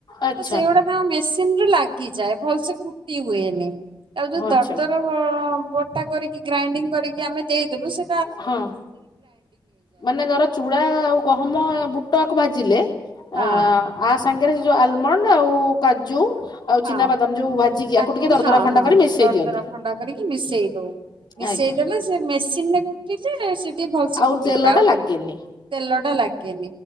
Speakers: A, on the left (about 55°); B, on the right (about 70°).
A: ଆଚ୍ଛା
B: ତ ସେଇଗୁଡା ତାଙ୍କ ମେସିନ୍ ରୁ ଲାଗେ ଗି ଯାଏ ଭଲସେ କୁଟି ହୁଏନି। ଆଉ ଯୋଉ
A: ହଁ
B: ଦର୍ଦର୍
A: ଆଚ୍ଛା
B: ବଅ କଟା କରିକି ଗ୍ରାଇଣ୍ଡିଙ୍ଗ କରିକି ଆମେ ଦେଇଦେଲୁ ସେ
A: ହଁ ମାନେ ତାର ଚୁଡା ଆଉ ଗହମ ତ ଆକୁ ଭାଜିଲେ
B: ହଁ
A: ଅ ଆ ସଂଖ ସେ ଯୋଉ ଆଲମଣ୍ଡ ଆଉ କାଜୁ ଆଉ
B: ହଁ
A: ଚିନାବାଦାମ ଯୋଉ ଭାଜିକି
B: ତାକୁ
A: ଆକୁ ଟିକେ
B: ବି
A: ଦରଦରା
B: ହଁ
A: ଖଣ୍ଡା
B: ହଁ
A: କରି ମିଶେଇ
B: ଦରଦର
A: ଦିଅନ୍ତି
B: ଖଣ୍ଡା କରିକି ମିଶେଇ ଦଉ। ମିଶେଇଦେଲେ
A: ଆଜ୍ଞା।
B: ସେ ମେସିନ ରେ କୁଟିଛି ସେ ଟେ ଭଲସେ
A: ଆଉ
B: କୁଟିଯା
A: ତେଲ
B: ଆଉ
A: ଟା
B: ଯଦି
A: ଲାଗେନି
B: ତେଲଟ ଟା ଲା କେ